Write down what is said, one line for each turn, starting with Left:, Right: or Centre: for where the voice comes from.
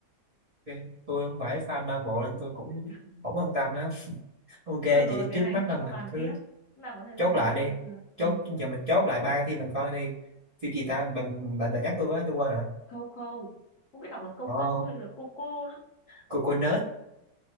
Right: ok. tôi không phải fan Marvel nên tôi cũng
Left: ừ.
Right: không
Left: <laughs>
Right: quan tâm lắm ok vậy
Left: Thôi rồi cái
Right: trước
Left: này
Right: mắt
Left: hôm
Right: là mình
Left: sau bàn
Right: cứ
Left: tiếp lúc nào có thời
Right: chốt
Left: gian
Right: lại
Left: thì mình
Right: đi
Left: xem cũng được
Right: chốt
Left: ừ.
Right: giờ mình chốt lại ba phim mình coi đi phim gì ta bạn bạn đã nhắc tôi với tôi quên rồi
Left: câu câu không biết đọc là câu
Right: oh,
Left: câu hay là cô cô nữa <laughs>
Right: coconut